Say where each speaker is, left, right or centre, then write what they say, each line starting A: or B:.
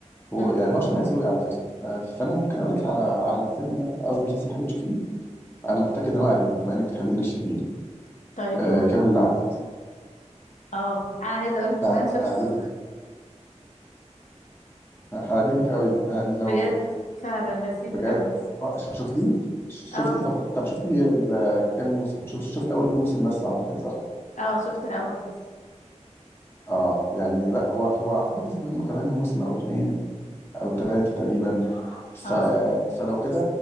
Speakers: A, on the left; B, on the left.
A: هو
B: امم
A: يعني هو شبه ذوقي على فكره ف- فانا ممكن اقول لك على على فيلم قصدي مسلسل حلو تشوفيه انا متاكد ان هو هيعجبك بما انك بتحبي دينا الشربيني
B: طيب
A: آه
B: قول
A: كامل العدد
B: اه انا عايزة اقولك
A: ه-
B: ان انا شفته
A: هيعجبك هيعجبك قوي يعني لو
B: بجد فعلا لذيذ
A: بجد
B: قوي
A: آه، ش- شفتيه شفتي
B: اه
A: طب طب شفتي ال- كام موسم شفت شفت اول موسم بس اعتقد صح
B: اه شفت الاول بس
A: اه يعني لا هو هو اعتقد نزل منه كمان موسم او اتنين او ثلاثه تقريبا ف...
B: اه
A: فلو كده